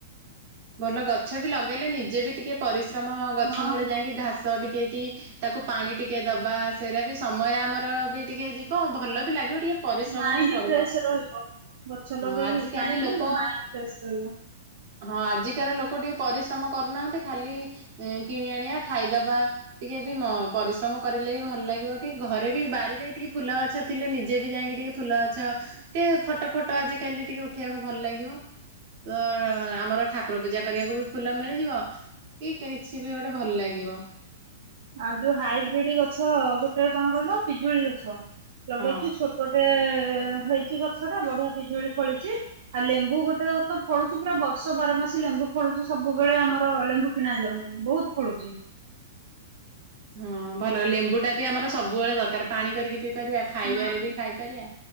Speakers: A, on the right (about 45°); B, on the right (about 60°).
A: ଭଲ ଗଛ ବି ଲଗେଇଲେ ନିଜେ ବି ଟିକେ ପରି ଶ୍ରମ ଗଛ
B: ହଁ
A: ମୂଳେ
B: ହଁ
A: ଯାଇକି ଘାସ ଟିକିଏକି ତାକୁ ପାଣି ଟିକେ ଦବା ସେଇଟା ବି ସମୟ ଆମର ବି ଟିକେ ଯିବ, ଭଲ ବି ଲାଗିବ ଟିକେ ପରିଶ୍ରମ
B: ମାଇଣ୍ଡ
A: ବି ପଡିବ
B: ଫ୍ରେଶ ରହିବ, ଗଛ
A: ହଁ
B: ଲଗେଇକି
A: ଆଜିକାଲି
B: ପାଣି
A: ଲୋକ
B: ଦେଲେ ମାଇଣ୍ଡ ଫ୍ରେଶ ରହିବ।
A: ହଁ ଆଜିକାର ଲୋକ ଟିକେ ପରିଶ୍ରମ କରୁନାହାନ୍ତି, ଖାଲି କିଣି ଆଣିବା ଖାଇଦବା। ଟିକେ ବି ପରିଶ୍ରମ କରିଲେ ବି ଭଲ ଲାଗିବ, କି ଘରେ ବି ବାରିରେ ଟିକେ ଫୁଲ ଗଛ ଥିଲେ ନିଜେ ବି ଯାଇକି ଟିକେ ଫୁଲ ଅଛ ଟିକେ ଫଟୋ ଫଟ ଆଜିକାଲି ଟିକେ ଉଠିବାକୁ ଭଲ ଲାଗିବ। ତ ଆମର ଠାକୁର ପୂଜା କରିବାକୁ ବି ଫୁଲ ମିଳିଯିବ, କି କିଛି ବି ଗୋଟେ ଭଲ ଲାଗିବ।
B: ଆଉ ଯୋଉ ହାଇବ୍ରିଡ ଗଛ ଗୋଟେ କଣ କହିଲ ପିଜୁଳି ଗଛ ଲଗେଇଚୁ,
A: ହଁ
B: ଛୋଟ ଛୋଟଟେ ହେଇଛି ଗଛ ଟା ବଢିଆ ପିଜୁଳି ଫଳିଛି। ଆଉ ଲେମ୍ବୁ ଗୋଟେ ରେ ତ ଫଳୁଛି ପୁରା ବର୍ଷ ବାର ମାସି ଲେମ୍ବୁ ଫଳୁଛି, ସବୁବେଳେ ଆମର ଲେମ୍ବୁ କିଣା ଯାଉନି, ବହୁତ ଫଳୁଛି।
A: ହଁ ଭଲ ଲେମ୍ବୁ ଟା ବି ଆମର ସବୁବେଳେ ଦରକାର, ପାଣି କରିକି ପି ପାରିବା,
B: ହଁ
A: ଖାଇବାରେ
B: ହୁଁ।
A: ବି ଖାଇପାରିବା,